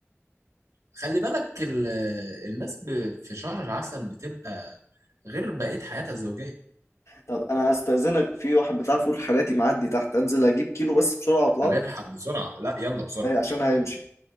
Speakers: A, on the right; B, on the left.
A: خلي بالك ال- الناس ب- في شهر العسل بتبقى غير بقية حياتها الزوجية
B: طب انا هستأذنك في واحد بتاع فول حراتي معدي تحت انزل اجيب كيلو بس بسرعة واطلع
A: بيلحق
B: لك
A: بسرعة لا يلا بسرعة
B: هي- عشان
A: يلا
B: هيمشي